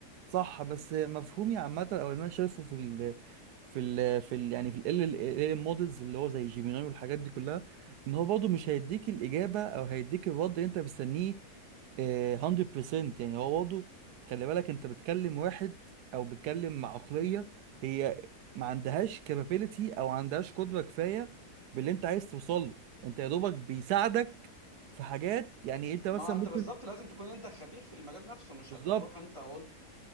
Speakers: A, on the right; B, on the right.
A: صح بس مفهومي عامة او اللي انا شايفه في ال في ال في ال يعني في ال ال ال مودلز اللي هو زي جيميناي والحاجات دي كلها ان هو برضه مش هيديك الاجابه او هيديك الرد اللي انت مستنيه آه، 100% يعني هو برضه خلي بالك انت بتكلم واحد او بتكلم مع عقليه هي ما عندهاش كابابيلتي او ما عندهاش قدره كفايه باللي انت عايز توصله انت يا دوبك بيساعدك في حاجات يعني انت مثلا
B: ما
A: ممكن
B: انت بالظبط لازم تكون انت خبير في المجال نفسه مش
A: بالظبط
B: هتروح انت وانت